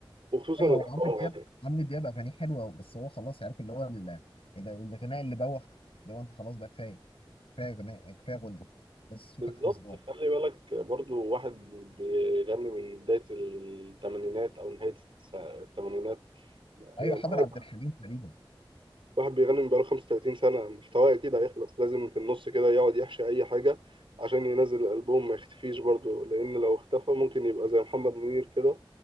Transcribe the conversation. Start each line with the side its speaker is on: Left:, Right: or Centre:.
Right: وخصوصا
Left: ايوه
Right: الدراما
Left: هو عمرو دياب عمرو دياب اغانيه حلوه بس هو خلاص عارف اللي هو ال- ال- الغناء اللي بوخ ده هو انت خلاص بقى كفايه كفايه غناء كفايه غنى بس صوتك
Right: بالظبط
Left: خمس دقايق
Right: خلي بالك برضو واحد بيغني من بداية الثمانينات أو نهاية الس- الثمانينات
Left: ايوه
Right: يعني
Left: حضر
Right: واحد
Left: عبد الحليم تقريبا
Right: واحد بيغني من بقاله 35 سنة محتواه أكيد هيخلص لازم في النص كده يقعد يحشي أي حاجة عشان ينزل الألبوم ما يختفيش برضو لأن لو اختفى ممكن يبقى زي محمد منير كده